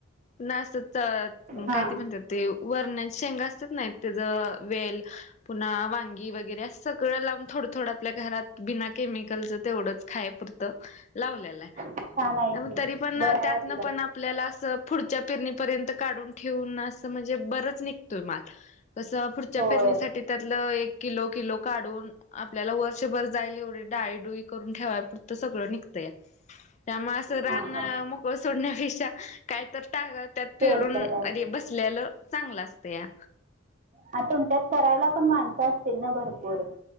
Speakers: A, on the left; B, on the right.
A: ना असतं तर
B: हां
A: काय ते म्हणतात ते वरण्या शेंगा असतात ना त्याचं वेल. पुन्हा वांगी वगैरे अस सगळं लाव. थोडं थोडं आपल्या घरात बिना केमिकलचं तेवढंच खायपुरतं लावलेलं आहे.
B: छान आहे की
A: ग तरी पण
B: बरं आहे
A: त्यातन
B: आपलं
A: पण <unintelligible> आपल्याला असं पुढच्या पेरणीपर्यंत काढून ठेवून असं म्हणजे बरंचनीक. <inaudible> म कस पुढच्या
B: होय
A: पेरणीसाठी त्यातलं एक किलो किलो काढून आपल्याला वर्षभर जायला एवढे डाळी डुई करून ठेवाये पा. त सगळं निघतं या त्यामुळे असं रानं
B: हां हां
A: मोकळ सोडण्यापेक्षा कायतर त्यात फिरून
B: केलेलं आहे
A: अरे बसलेलं चांगलं असतं या.
B: आ तुमच्यात करायला पण माणसं असतील ना भरपूर.